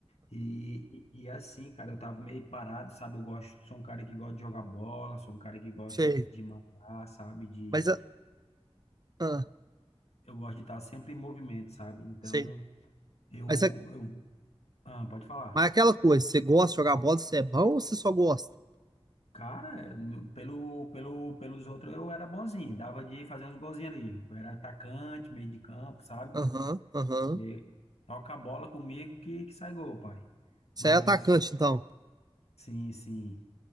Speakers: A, on the left; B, on the right.
A: E, e, e assim, cara, eu tava meio parado, sabe? Eu gosto, sou um cara que gosta de jogar bola, sou um cara que gosta
B: você-
A: de, de matar, sabe? De,
B: mas, ah, ah,
A: eu gosto de estar sempre em movimento, sabe? Então,
B: sei.
A: eu,
B: Mas, é-
A: eu, ah, pode falar.
B: mas é aquela coisa, você gosta de jogar bola? Você é bom ou você só gosta?
A: Cara, no- pelo, pelo, pelos outros eu era bonzinho, dava de fazer uns golzinhos ali. Eu era atacante, meio de campo, sabe?
B: Aham, aham.
A: E toca a bola comigo que, que sai gol, pai. Mas,
B: Você é atacante, então?
A: sim, sim.